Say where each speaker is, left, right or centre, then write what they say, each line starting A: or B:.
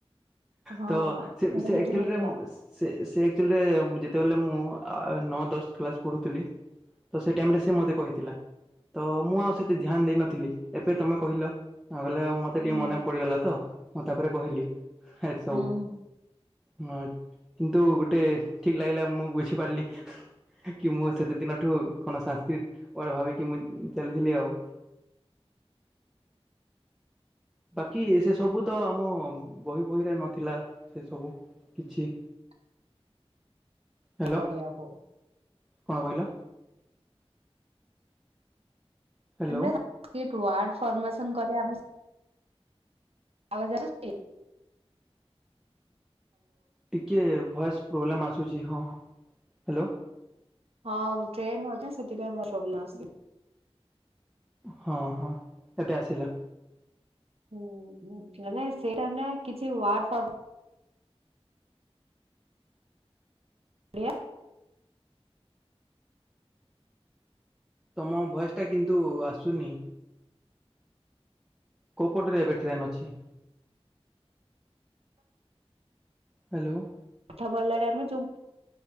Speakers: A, on the right; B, in the centre.
A: ହଁ
B: ତ ସେ-ସେ
A: ସେଇଟା କିଛି
B: ଆକ୍ଚୁ
A: ନଥିଲା
B: ଲିରେ ମୁ ସେ-ସେ ଆକ୍ଚୁ ଲିରେ ଯେତେବେଲେ ମୁଁ ନଅ ଦଶ କ୍ଲାସ୍ ପଢ଼ୁଥିଲି ତ ସେ ଟାଇମ୍ ରେ ସେ ମତେ କହିଥିଲା। ତ ମୁଁ
A: ହୁଁ
B: ଆଉ ସେତେ
A: ହୁଁ।
B: ଧ୍ୟାନ୍ ଦେଇନଥିଲି ଏବେ ତମେ କହିଲ ବଲେ ମତେ
A: ହୁଁ
B: ଟିକେ ମନେ ପଡ଼ିଗଲା ତ ମୁଁ ତାପରେ କହିଲି। ଏ ସବୁ
A: ହଁ ହଁ।
B: ହଁ କିନ୍ତୁ ଗୋଟେ ଠିକ୍ ଲାଗିଲା ମୁଁ ବୁଝିପାରିଲି। କି ମୁଁ ସେତେ ଦିନଠୁ କଣ ସାଂସ୍କ୍ରିଟ୍ ୱାର୍ଡ଼ ଭାବିକି ମୁଁ ଚାଲିଥିଲି ଆଉ।
A: <inaudible>
B: ବାକି ସେ ସବୁ ତ ଆମ ବହି ବହିରେ ନଥିଲା ସେ ସବୁ। କିଛି।
A: ଆ
B: ହ୍ୟାଲୋ
A: କରିଆକୁ।
B: କଣ କହିଲ? ହ୍ୟାଲୋ
A: ଏମାନେ ସାଂସ୍କ୍ରିଟ୍ ୱାର୍ଡ଼ ଫର୍ମସନ୍ କରିଆ ଆମ୍ ଆବାଜ୍ ଆସୁଚି?
B: ଟିକେ ଭଏସ୍ ପ୍ରୋବ୍ଲେମ୍ ଆସୁଛି ହଁ ହ୍ୟାଲୋ।
A: ହଁ ଟ୍ରେନ୍ <unintelligible> ସେଥିପାଇଁ ଭଏସ୍ ପ୍ରୋବ୍ଲେମ୍ ଆସୁଛି।
B: ହଁ ହଁ ଏବେ ଆସିଲା।
A: ହଁ <unintelligible> ସେଇଟା ନା କିଛି ୱାର୍ଡ ଫାର୍ଡ <unintelligible>
B: ତମ ବୟସଟା କିନ୍ତୁ ଆସୁନି। କୋଉପଟରେ ଏବେ ଟ୍ରେନ୍ ଅଛି। ହ୍ୟାଲୋ।
A: <unintelligible> ଯୋଉ।